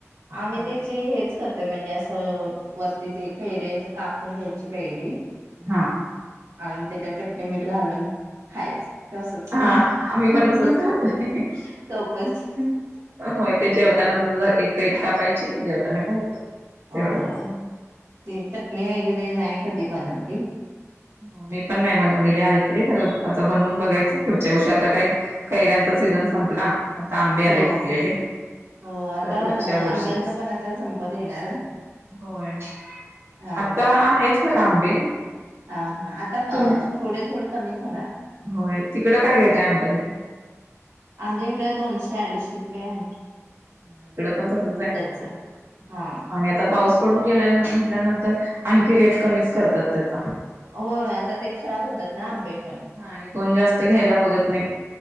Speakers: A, on the right (about 70°); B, on the right (about 50°).
A: आम्ही
B: होय
A: त्याची हेच करतो. म्हणजे असं वरती ते कैऱ्यांची कापून घ्यायची कैरी.
B: हा
A: आणि त्याच्यात चटणी मीठ घालून खायचं तसंच
B: हा
A: फक्त.
B: आम्ही पण तसच
A: <unintelligible>
B: खातोय होय ते जेवताना तसंच एक कैरी कापायची जेवताना खायचं.
A: हो
B: तेवढंच
A: ती चटणी वगैरे नाही कधी बनवली.
B: हो मी पण नाही बनवलेले ऐकले खरं आता बनवून बघायचं पुढच्या वर्षी. आता काय कैऱ्यांच सीझन संपला आता आंबे आले
A: हो
B: पिकलेले.
A: हो आता
B: पुढच्या वर्षीच
A: आंब्यांचा पण आता संपत येणार.
B: होय
A: हा
B: आता आहेत खरं आंबे.
A: ह हा आता
B: तुम
A: अ थोडे थोडे कमीच होणार.
B: होय तिकडं काय रेट आहे आंब्यांचा?
A: आमच्या इकडे दोनशे अडीचशे. <unintelligible>
B: हा इकडे पण तसंच आय
A: डझन
B: होय
A: हा
B: आणि आता पाऊस पडून गेलाय म्हल्यानंतर आणखी रेट कमीच करतात त्यात.
A: हो आता ते खराब होतात ना आंबे पण.
B: हा आणि कोण जास्त घ्यायला बघत नाही.